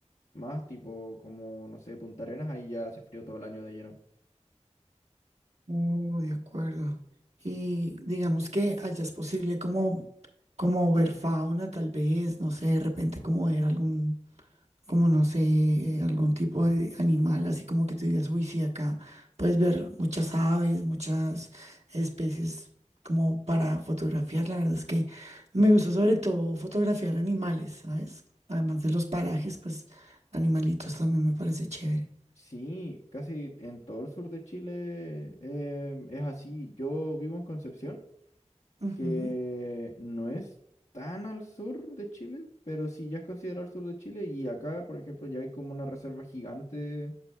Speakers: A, on the left; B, on the right.
A: más tipo como, no sé, Punta Arenas, ahí ya hace frío todo el año de lleno.
B: Oh, de acuerdo. Y digamos que allá es posible como, como ver fauna, tal vez, no sé, de repente como ver algún, como no sé, eh, algún tipo de animal, así como que tú digas, uy, sí, acá puedes ver muchas aves, muchas especies como para fotografiar. La verdad es que me gusta sobre todo fotografiar animales, ¿sabes? Además de los parajes, pues animalitos también me parece chévere.
A: Sí, casi en todo el sur de Chile em, es así. Yo vivo en Concepción.
B: Ujú.
A: que no es tan al sur de Chile, pero sí ya es considerado al sur de Chile. Y acá, por ejemplo, ya hay como una reserva gigante